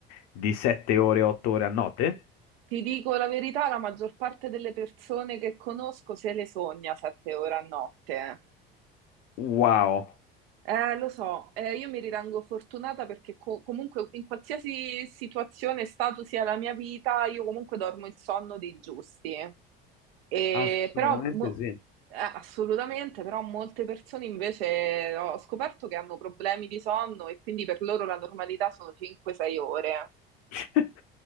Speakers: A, on the left; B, on the right.
A: di 7 ore, 8 ore a notte?
B: ti dico la verità, la maggior parte delle persone che conosco se le sogna sette ore a notte.
A: Wow,
B: Eh, lo so, eh, io mi ritengo fortunata perché co- comunque in qualsiasi situazione, e stato sia la mia vita, io comunque dormo il sonno dei giusti. E
A: assolutamente
B: però, mo-
A: sì.
B: eh, assolutamente, però molte persone invece ho scoperto che hanno problemi di sonno e quindi per loro la normalità sono 5-6 ore,
A: <laughs>